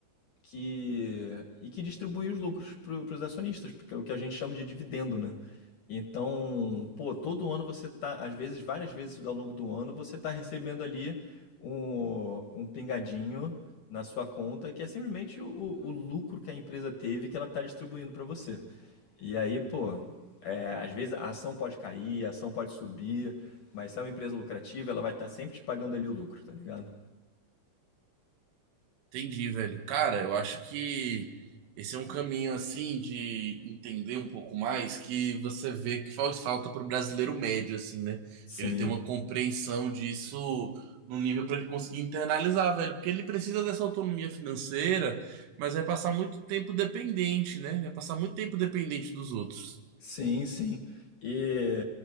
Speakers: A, on the left (about 55°); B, on the right (about 80°).
A: que e que distribui os lucros para os acionistas, porque é o que a gente chama de dividendo, né? Então, pô, todo ano você tá, às vezes, várias vezes ao longo do ano, você tá recebendo ali um, um pingadinho na sua conta, que é simplesmente o, o lucro que a empresa teve que ela tá distribuindo para você. E aí, pô, é, às vezes a ação pode cair, a ação pode subir, mas se é uma empresa lucrativa, ela vai estar sempre te pagando ali o lucro, tá ligado?
B: Entendi, velho. Cara, eu acho que esse é um caminho assim de entender um pouco mais que você vê que faz falta pro brasileiro médio, assim, né?
A: Sim.
B: Ele tem uma compreensão disso no nível para ele conseguir internalizar, velho, porque ele precisa dessa autonomia financeira, mas vai passar muito tempo dependente, né? Vai passar muito tempo dependente dos outros.
A: Sim, sim. E,